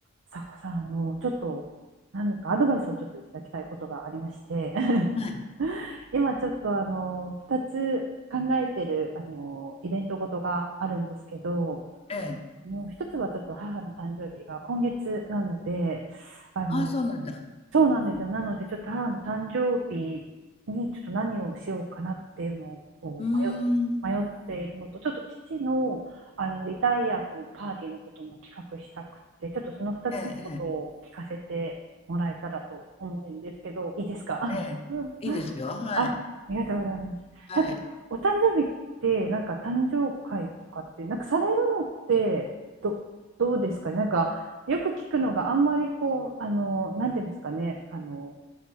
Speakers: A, on the right (about 70°); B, on the left (about 30°).
A: さこさん、あの、ちょっと何かアドバイスをちょっといただきたいことがありまして <laughs>、
B: はい、
A: 今ちょっとあの、2つ考えてる、あの、イベントごとがあるんですけど、
B: ええ。
A: もう一つはちょっと母の誕生日が今月なので、あの、
B: ああ、そうなんだ。
A: そうなんですよ。なので、ちょっと母の誕生日にちょっと何をしようかなっていうのを迷っ、
B: うーん。
A: 迷っているのと、ちょっと父の、あのリタイアのパーティーのことも企画したくて、ちょっとその2つのことを聞かせてもらえたらと思うんですけど、
B: えええ
A: いいですか
B: え、ええ。
A: <laughs> うん
B: いいですよ、はい。
A: あ、ありがとうございます。
B: はい。
A: なんか、お誕生日って、なんか誕生会とかって、なんかされるのって、ど、どうですかね。なんか、よく聞くのがあんまりこう、あの、なんていうんですかね、あの、